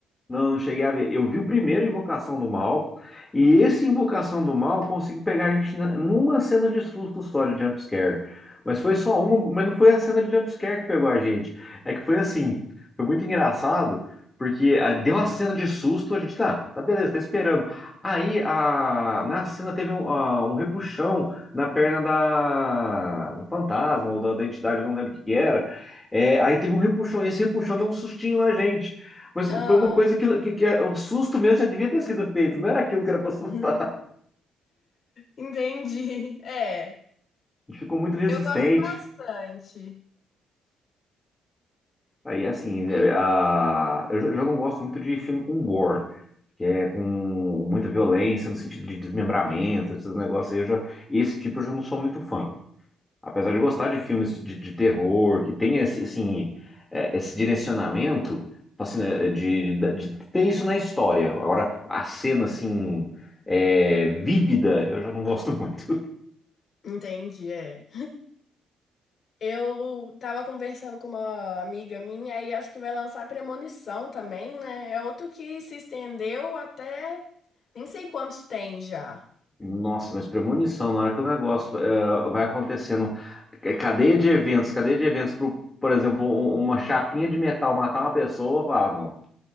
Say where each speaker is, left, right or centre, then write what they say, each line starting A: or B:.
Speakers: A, on the left; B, on the left.
A: Não, não cheguei a ver. Eu vi o primeiro Invocação do Mal, e esse Invocação do Mal conseguiu pegar a gente na- numa cena de susto só de jumpscare. Mas foi só uma, mas não foi a cena de jumpscare que pegou a gente. É que foi assim, foi muito engraçado, porque ah, deu a cena de susto, a gente tá, tá beleza, tá esperando. Aí a, na cena teve um, ah, um repuxão na perna da, do fantasma ou da, da entidade, eu não lembro o que que era. É, aí teve um repuxão, e esse repuxão deu um sustinho na gente. Mas foi
B: Ah,
A: uma coisa que, que, que o susto mesmo já devia ter sido feito, não era aquilo que era para assustar.
B: <laughs> entendi. É,
A: A gente ficou muito resistente.
B: eu gosto bastante.
A: Aí, assim, é, a- eu já já não gosto muito de filme com gore, que é com muita violência no sentido de desmembramento, esses negócios aí. Eu já, esse tipo eu já não sou muito fã. Apesar de eu gostar de filmes de, de terror, que tem esse, assim, é, esse direcionamento, assim, né, de, de ter isso na história. Agora, a cena, assim, é, vívida, eu já não gosto <laughs> muito.
B: Entendi, é. Eu tava conversando com uma amiga minha aí acho que vai lançar Premonição também, né? É outro que se estendeu até nem sei quantos tem já.
A: Nossa, mas premonição, na hora que o negócio é, vai acontecendo, é, cadeia de eventos, cadeia de eventos, pro, por exemplo, um- uma chapinha de metal matar uma pessoa, vá, não.